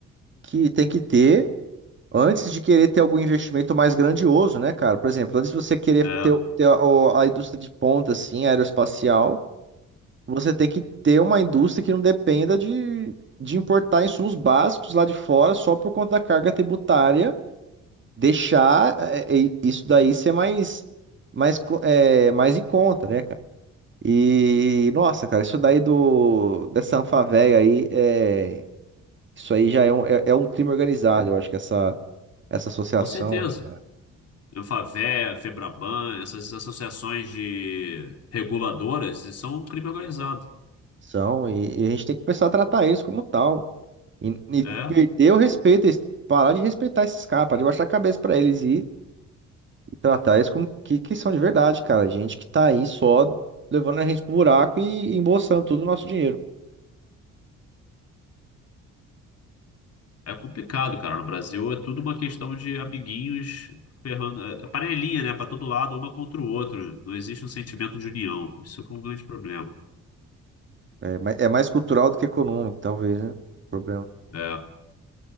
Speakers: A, on the right; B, on the left.
A: que tem que ter antes de querer ter algum investimento mais grandioso, né, cara? Por exemplo, antes de você querer
B: É,
A: ter, ter a, o- a indústria de ponta, assim, aeroespacial. Você tem que ter uma indústria que não dependa de, de importar insumos básicos lá de fora só por conta da carga tributária, deixar é, é, isso daí ser mais, mais, co- é, mais em conta, né, cara? E, nossa, cara, isso daí do, dessa Anfavea aí, é, isso aí já é um, é, é um crime organizado, eu acho que essa, essa associação
B: com certeza.
A: aí, cara,
B: Eu Favea, Febraban, essas associações de reguladoras, isso são um crime organizado.
A: são, e, e a gente tem que começar a tratar eles como tal. E, e
B: É.
A: perder o respeito, parar de respeitar esses caras, parar de baixar a cabeça pra eles e tratar eles como que, que são de verdade, cara. Gente que tá aí só levando a gente pro buraco e, e embolsando todo o nosso dinheiro.
B: É complicado, cara. No Brasil é tudo uma questão de amiguinhos ferrando, é é panelinha, né, Pra todo lado, uma contra o outro. Não existe um sentimento de união. Isso é um grande problema.
A: É, ma- é mais cultural do que econômico, talvez, né? Problema.
B: É.